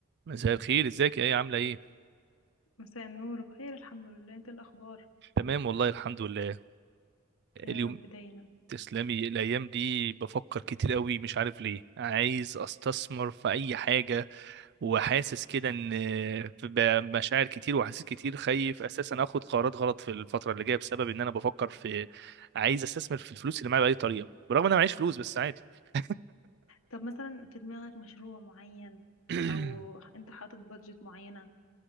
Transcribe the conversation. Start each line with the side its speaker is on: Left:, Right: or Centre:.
Right: مساء الخير ازيك يا ايه عامله ايه
Left: مساء النور بخير الحمد لله انت إيه الاخبار
Right: تمام والله الحمد لله
Left: يا
Right: اليوم
Left: رب دايما
Right: تسلمي الايام دي بفكر كتير قوي مش عارف ليه عايز استثمر في اي حاجه وحاسس كده ان في مشاعر كتير وحاسس كتير خايف اساسا اخد قرارات غلط في الفتره اللي جايه بسبب ان انا بفكر في عايز استثمر في الفلوس اللي معايا باي طريقه برغم ان انا معيش فلوس بس عادي <laughs>
Left: طب مثلا في دماغك مشروع معين
Right: <clears throat>
Left: او انت حاطط بادجت معينة